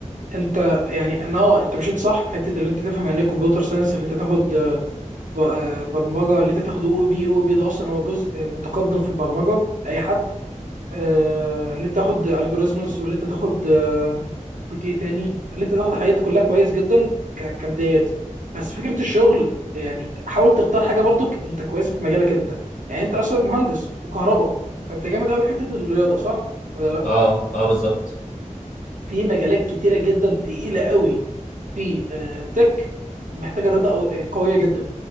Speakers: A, on the right (about 75°); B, on the left (about 75°).
A: انت يعني انا اه انت مشيت صح في حته اللي انت تفهم يعني ايه كمبيوتر ساينس اللي انت تاخد آه، ب- آه، برمجه اللي انت تاخد او بي او بي ده اصلا هو الجزء المتقدم في البرمجه لاي حد آه، اللي انت تاخد الجوريزمز واللي انت تاخد آه، قلت ايه تاني اللي انت تاخد الحاجات دي كلها كويس جدا ك- كبدايات بس فكره الشغل يعني حاول تختار حاجه برضك انت كويسه في مجالك انت يعني انت اصلا مهندس وكهرباء فانت جامد قوي في حته الرياضه صح ولا لا
B: اه اه بالظبط
A: في مجالات كتيره جدا تقيله قوي في آه، تك محتاجه رضا أو- آه، قويه جدا